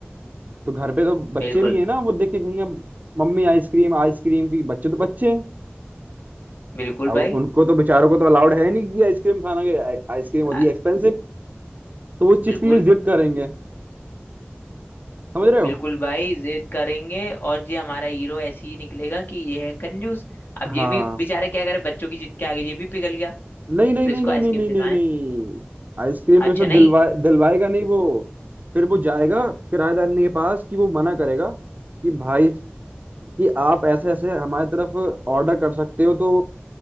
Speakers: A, on the right; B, on the left.
A: तो घर पे तो बच्चे
B: बिल्कुल
A: भी हैं ना वो देख के कहेंगे मम्मी आइसक्रीम आइसक्रीम की बच्चे तो बच्चे हैं
B: बिल्कुल
A: अब
B: भाई
A: उनको तो बेचारों को तो अलाउड है नहीं कि आइसक्रीम खाना कि आइसक्रीम होती
B: आ,
A: है एक्सपेंसिव तो वो उस चीज
B: बिल्कुल
A: के लिए जिद करेंगे समझ रहे
B: बिल्कुल
A: हो
B: भाई जिद करेंगे और ये हमारा हीरो ऐसे ही निकलेगा कि ये है कंजूस अब
A: हाँ
B: ये भी बेचारा क्या करे बच्चों की जिद के आगे ये भी पिघल गया
A: नहीं नहीं
B: तो
A: नहीं
B: इसको
A: नहीं
B: आइसक्रीम
A: नहीं नहीं
B: दिलाने
A: नहीं नहीं आइसक्रीम
B: अच्छा
A: में उसने
B: नहीं
A: दिलवा दिलवाएगा नहीं वो फिर वो जाएगा किराएदारनी के पास कि वो मना करेगा कि भाई कि आप ऐसे ऐसे हमारी तरफ ऑर्डर कर सकते हो तो